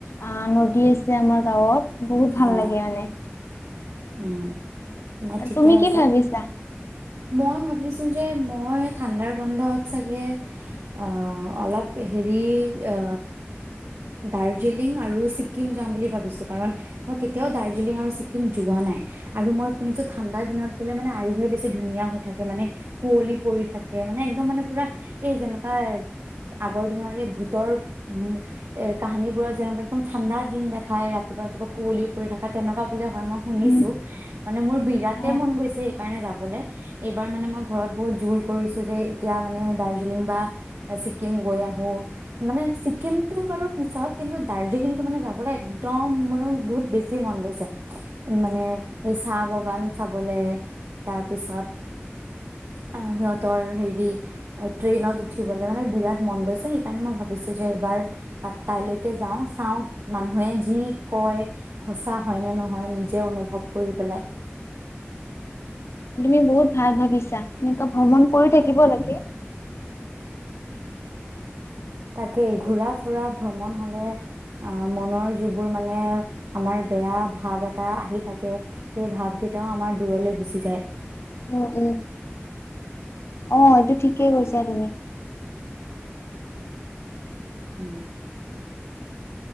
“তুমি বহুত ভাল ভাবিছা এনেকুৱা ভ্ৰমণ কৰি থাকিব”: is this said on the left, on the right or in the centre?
Left